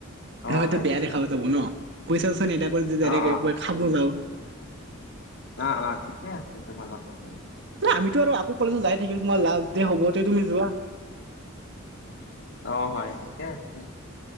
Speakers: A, on the left; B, on the right.
A: অ',
B: হয়তো
A: হয়
B: বেয়া
A: নেকি
B: দেখাব যাব ন? পইচা চইচা নেদা কৰি
A: অ',
B: যে যদি একবাৰ খাব যাওঁ।
A: আহ অ ঠিকে আছে তোমাৰ কথাটো।
B: ন আমিতো আৰু আকৌ কলেজত যাই থাকিল তোমাৰ লাষ্ট দে হ'ব তে তুমি যোৱা।
A: অ', হয় ঠিকে আছে।